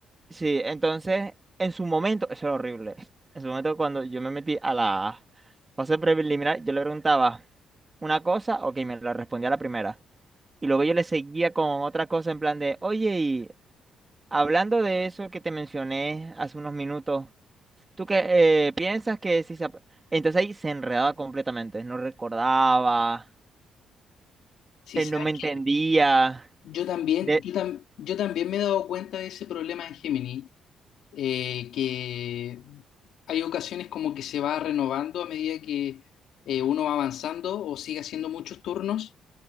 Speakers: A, on the right; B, on the left.
A: Sí, entonces, en su momento, eso era horrible. <laughs> En su momento, cuando yo me metí a la fase preliminar, yo le preguntaba una cosa, ok, me la respondía la primera. Y luego yo le seguía con otra cosa en plan de, oye, y hablando de eso que te mencioné hace unos minutos, ¿tú qué eh, piensas que si se... ap-?" Entonces ahí se enredaba completamente, no recordaba,
B: sí,
A: él
B: sabes
A: no me entendía.
B: que yo también,
A: De...
B: yo, tam- yo también me he dado cuenta de ese problema en Gemini, eh, que hay ocasiones como que se va renovando a medida que eh, uno va avanzando o sigue haciendo muchos turnos,